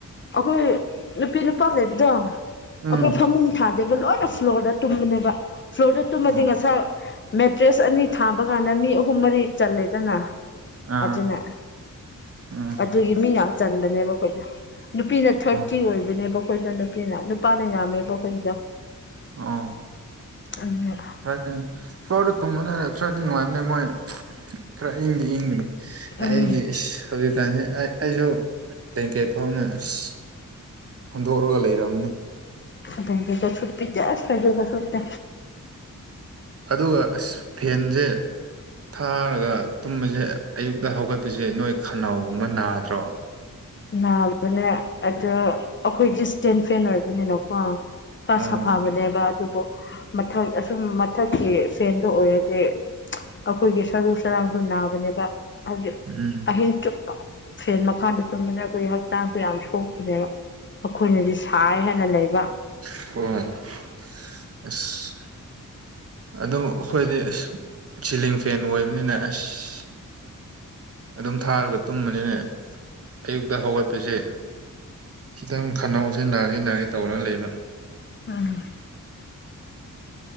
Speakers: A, on the left; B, on the right.
A: ꯑꯩꯈꯣꯏ ꯅꯨꯄꯤ ꯅꯨꯄꯥ ꯂꯩꯕꯗꯣ ꯑꯩꯈꯣꯏ
B: ꯎꯝ
A: ꯐꯃꯨꯡ ꯊꯥꯗ‌ꯦꯕ ꯂꯣꯏꯅ ꯐ꯭ꯂꯣꯔꯗ ꯇꯨꯝꯕꯅꯦꯕ ꯐ꯭ꯂꯣꯔꯗ ꯇꯨꯝꯃꯗꯤ
B: ꯑꯣ
A: ꯉꯁꯥꯏ ꯃꯦꯇ꯭ꯔꯦꯁ ꯑꯅꯤ ꯊꯥꯕ ꯀꯥꯟꯗ ꯃꯤ ꯑꯍꯨꯝ ꯃꯔꯤ ꯆꯜꯂꯦꯗꯅ꯫
B: ꯑꯥ
A: ꯑꯗꯨꯅ
B: ꯎꯝ
A: ꯑꯗꯨꯒꯤ ꯃꯤ ꯌꯥꯝ ꯆꯟꯕꯅꯦꯕ ꯑꯩꯈꯣꯏꯗꯤ꯫ ꯅꯨꯄꯤꯅ ꯊꯥꯔꯇꯤ
B: ꯑꯣ
A: ꯑꯣꯏꯕꯅꯦꯕ ꯑꯩꯈꫭꯏꯗ ꯅꯨꯄꯤꯅ ꯅꯨꯄꯥꯅ ꯌꯥꯝꯃꯦꯕ ꯑꯩꯈꯣꯏꯒꯤꯗꯣ
B: ꯑꯣ
A: ꯑꯗꯨꯅ‌ꯦ
B: ꯐꯔꯀꯥꯅꯤ ꯐ꯭ꯂꯣꯔꯗ ꯇꯨꯝꯕꯅꯤꯅ ꯈꯔꯗꯤ ꯅꯨꯡꯉꯥꯏꯕꯅꯦ ꯃꯣꯏ ꯈꯔ ꯏꯪꯗꯤ ꯏꯪꯕꯅꯤ ꯑꯩꯒꯤ
A: ꯎꯝ
B: ꯏꯁ ꯍꯧꯖꯤꯛꯀꯥꯟꯁꯤ ꯑꯩ ꯑꯩꯁꯨ ꯕ꯭ꯂꯦꯡꯀꯦꯠ ꯐꯥꯎꯅ ꯑꯁ ꯍꯨꯟꯗꯣꯛꯔꯥꯒ ꯂꯩꯔꯝꯅꯤ
A: ꯑꯗꯨꯝꯗꯒꯥ ꯁꯨꯞꯄꯤꯗꯦ ꯑꯁ ꯐꯩꯖꯨꯞ ꯀꯥ ꯁꯨꯞꯇꯦ
B: ꯑꯗꯨꯒꯥ ꯑꯁ ꯐꯦꯟꯖ‌ꯦ ꯊꯥꯔꯒꯥ ꯇꯨꯝꯕꯁꯦ ꯑꯌꯨꯛꯇꯥ ꯍꯧꯒꯠꯄꯁꯦ ꯅꯣꯏ ꯈꯅꯥꯎꯒꯨꯝꯕ ꯅꯥꯗ꯭ꯔꯣ
A: ꯅꯥꯕꯅꯦ ꯑꯗꫭ ꯑꯈꯣꯏꯗꯤ ꯏꯁꯇꯦꯟ ꯐꯦꯟ ꯑꯣꯏꯕꯅꯤꯅꯀꯣ ꯈꯔ
B: ꯎꯝ
A: ꯁꯥꯐꯥꯕꯅꯦꯕ ꯑꯗꯨꯕꯨ ꯃꯊꯛ ꯑꯁꯨꯝ ꯃꯊꯛꯀꯤ ꯐꯦꯟꯗꯨ ꯑꯣꯏꯔꯗꯤ ꯑꯈꯣꯏꯒꯤ ꯁꯔꯨ ꯁꯔꯥꯡꯁꯨ ꯅꯥꯕꯅꯦꯕ ꯍꯥꯏꯕꯗꯤ
B: ꯎꯝ
A: ꯑꯍꯤꯡ ꯆꯨꯞꯄ ꯐ‌ꯦꯟ ꯃꯥꯈꯥꯗ ꯇꯨꯝꯕꯗ ꯑꯩꯈꯣꯏ ꯍꯛꯆꯥꯡꯁꯨ ꯌꯥꯝ ꯁꯣꯛꯄꯅꯦꯕ ꯑꯈꯣꯏꯅꯗꯤ ꯁꯥꯏ ꯍꯥꯏꯅ ꯂꯩꯕ
B: <unintelligible> ꯑꯁ ꯑꯗꯨꯝ ꯑꯈꯣꯏꯗꯤ ꯆꯤꯂꯤꯡ ꯐꯦꯟ ꯑꯣꯏꯕꯅꯤꯅ ꯑꯁ ꯑꯗꯨꯝ ꯊꯥꯔꯒ ꯇꯨꯝꯕꯅꯤꯅꯦ ꯑꯌꯨꯛꯇꯥ ꯍꯧꯒꯠꯄꯁꯦ ꯈꯤꯇꯪ ꯈꯟꯅꯧꯖ‌ꯦ ꯅꯥꯒꯦ ꯅꯥꯒꯦ ꯇꯧꯔ ꯂꯩꯕ
A: ꯎꯝ